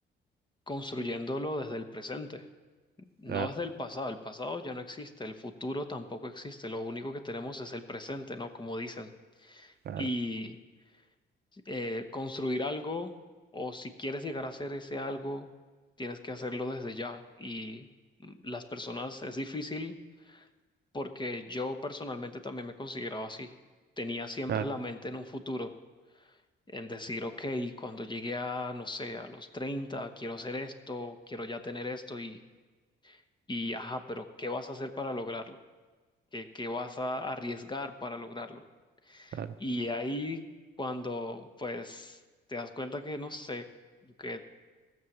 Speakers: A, on the left; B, on the right.
A: construyéndolo desde el presente. No
B: Claro,
A: es del pasado, el pasado ya no existe, el futuro tampoco existe, lo único que tenemos es el presente, ¿no? Como dicen.
B: claro,
A: Y eh, construir algo, o si quieres llegar a hacer ese algo, tienes que hacerlo desde ya. Y mm, las personas es difícil porque yo personalmente también me consideraba así. Tenía siempre
B: claro,
A: la mente en un futuro, en decir, ok, cuando llegué a, no sé, a los 30 quiero hacer esto, quiero ya tener esto y, y, ajá, pero ¿qué vas a hacer para lograrlo? ¿Qué, qué vas a arriesgar para lograrlo?
B: claro,
A: Y ahí cuando pues te das cuenta que no sé, que